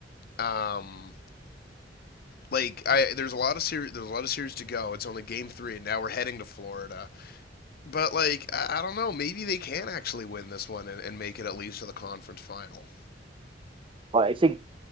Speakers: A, on the left (about 55°); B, on the right (about 30°).
A: Um, like I there's a lot of series there's a lot of series to go. It's only game three, and now we're heading to Florida. But like I, I don't know, maybe they can actually win this one and, and make it at least to the conference final.
B: Well, I think